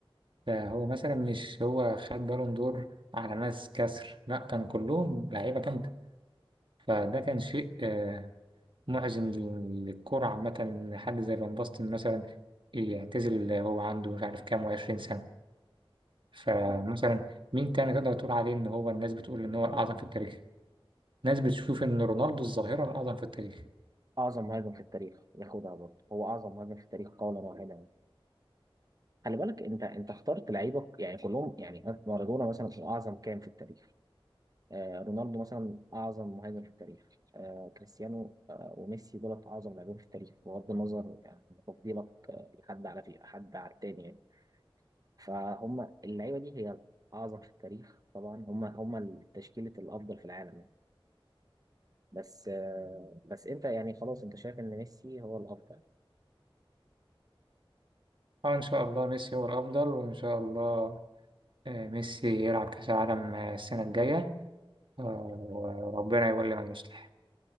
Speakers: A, on the right; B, on the right.
A: فهو مثلا مش هو خد بالون دور على ناس كسر لا كان كلهم لعيبة جامدة فده كان شيء آه، محزن للكرة عامة إن حد زي فان باستن مثلا يعتزل هو عنده مش عارف كام وعشرين سنة فمثلا مين تاني تقدر تقول عليه إن هو الناس بتقول إن هو الأعظم في التاريخ ناس بتشوف إن رونالدو الظاهرة الأعظم في التاريخ
B: اعظم مهاجم في التاريخ ياخدها برضه هو اعظم مهاجم في التاريخ قولا واحدا خلي بالك انت انت اخترت لعيبه يعني كلهم يعني مارادونا مثلا هو اعظم كام في التاريخ آه، رونالدو مثلا اعظم مهاجم في التاريخ آه، كريستيانو آه، وميسي دولت اعظم لاعبين في التاريخ بغض النظر يعني عن تفضيلك آه، لحد على في حد على التاني يعني فهم اللعيبه دي هي الاعظم في التاريخ طبعا هم هم تشكيله الافضل في العالم يعني بس آه، بس انت يعني خلاص انت شايف ان ميسي هو الافضل
A: اه إن شاء الله ميسي هو الأفضل وإن شاء الله آه، ميسي يلعب كأس العالم آه، السنة الجاية آه، وربنا يولي من يصلح